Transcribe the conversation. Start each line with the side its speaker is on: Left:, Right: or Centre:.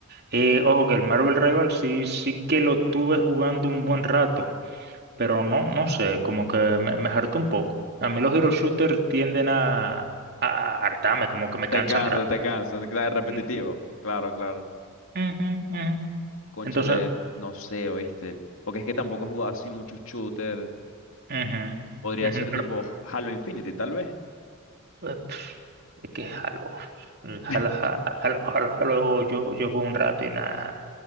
Right: Eh, ojo que el Marvel Rival sí, sí que lo tuve jugando un buen rato, pero no, no sé, como que me, me hartó un poco. A mí los hero shooters tienden a, a hartarme, como que me
Left: Te
Right: cansan
Left: cansa,
Right: rápido.
Left: te cansa, se queda repetitivo.
Right: Mm,
Left: Claro, claro.
Right: Ujú, ujú.
Left: Cónchale,
Right: Entonces,
Left: no sé, ¿oíste? Porque es que tampoco he jugado así muchos shooters.
Right: ujú,
Left: Podría
Right: ujú,
Left: ser tipo Halo Infinity, tal vez.
Right: pero Es que jalo, mm, jalo,
Left: <laughs>
Right: ja- jalo, jalo, jalo, yo, yo juego un rato y nada,